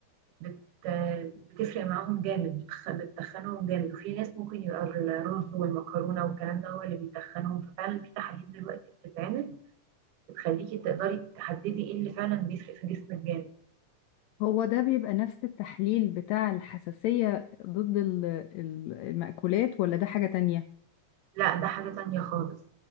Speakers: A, on the right; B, on the left.
A: بت... بتفرق معاهم جامد بتخ... بتتخنهم جامد وفي ناس ممكن يبقى الرز والمكرونه والكلام ده هو اللي بيتخنهم ففعلا في تحاليل دلوقتي بتتعمل بتخليكي تقدري تحددي ايه اللي فعلا بيفرق في جسمك جامد
B: هو ده بيبقى نفس التحليل بتاع الحساسية ضد ال- ال- المأكولات ولا ده حاجة تانية؟
A: لا ده حاجه تانية خالص